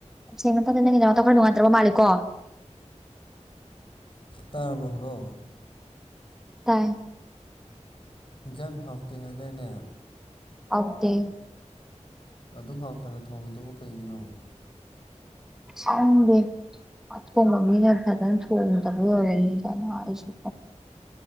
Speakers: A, in the centre; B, on the left.
A: ꯁꯦꯡ ꯃ ꯃꯇꯝꯗ ꯅꯪꯒꯤꯅꯥ ꯑꯇ ꯈꯔ ꯅꯨꯡꯉꯥꯏꯇ꯭ꯔꯕ ꯃꯥꯂꯀꯣ
B: ꯇꯔꯔꯕ ꯍꯂꯣ
A: ꯇꯥꯏ
B: ꯏꯟꯖꯥꯡ ꯍꯥꯎꯇꯦ ꯍꯥꯏꯗꯥꯏꯅꯦ
A: ꯑꯧꯦ
B: ꯑꯗꯨ ꯍꯥꯎꯇꯅ ꯊꯣꯡꯉꯤꯗꯨꯕꯨ ꯀꯩꯒꯤꯅꯣ
A: ꯁꯨꯔꯦ ꯑꯇꯣꯡꯕ ꯃꯤꯅ ꯐꯖꯅ ꯊꯣꯡꯗꯕ ꯑꯣꯏꯔꯅꯤꯗꯅ ꯑꯩꯁꯨ